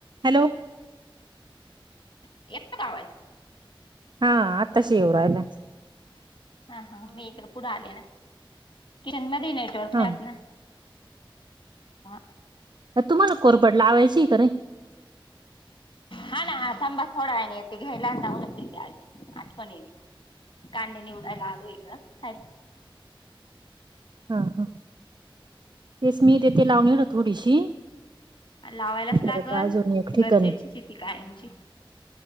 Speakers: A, on the right; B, on the left.
A: Hello.
B: <unintelligible>
A: हा आताशी येउ राहिलंय.
B: हा हा मी इकड पुढे आले ना किचन मध्ये नेटवर्क
A: हा
B: नाही येत ना. <unintelligible>
A: तुम्हाला कोरपड लावायची का नाही? <inaudible>
B: हा ना थांबा थोड्या वेळानी येते घ्याला लाहाऊ ना तिथे आज आठवणी. कांद्या निउडायला आलो इकडं काय.
A: हा हा, तेच मी तेथे लावले ना थोडीशी.
B: लावायलाच
A: परत
B: लागल
A: अजून एक ठिकाणी
B: गरजेची शेती कायमची.